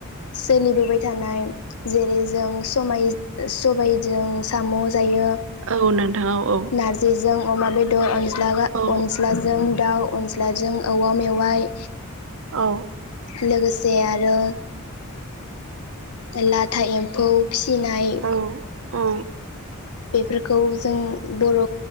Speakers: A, on the left; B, on the right.
A: सोलिबोबाय थानाय जेरै जों समाय सबायजों साम, जायो,
B: औ नोंथां औ
A: नारजि जों अमा बेदर लागा
B: औ
A: अनस्लाजों दाउ, नाजों, औवा मेवाइ
B: औ
A: लोगोसे आरो लाथा, एम्फौ, फिसिनाय
B: औ औ।
A: बेफोरखौ जों ब'र